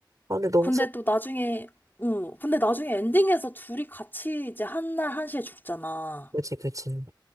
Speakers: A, on the right; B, on the left.
A: 아, 근데 너무
B: 근데
A: 슬,
B: 또 나중에, 어. 근데 나중에 엔딩에서 둘이 같이 이제 한날 한시에 죽잖아.
A: 그지, 그지.